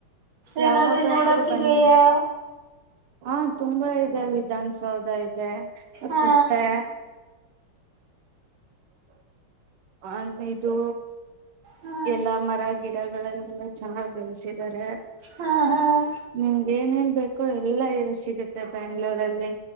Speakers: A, on the right; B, on the right.
A: ಯಾವಾಗಾದ್ರೂ
B: ಏನಾದ್ರು ನೋಡಕಿದೆಯಾ
A: ಬನ್ನಿ ಹಾ ತುಂಬಾ ಇದಾವೆ. ವಿಧಾನಸೌಧ ಇದೆ
B: ಹಾ
A: ಮತ್ತೆ. <inaudible> ಅ ಇದು
B: ಹಾ
A: ಎಲ್ಲಾ ಮರ ಗಿ <unintelligible> ಗಳನ್ನೆಲ್ಲ ಬೆಳೆಸಿದ್ದಾರೆ
B: ಹಾ ಹಾ
A: ನಿಮಗೇನ್ ಎನ್ ಬೇಕು ಎಲ್ಲ ಇಲ್ ಸಿಗುತ್ತೆ ಬೆಂಗ್ಳೂರಲ್ಲಿ.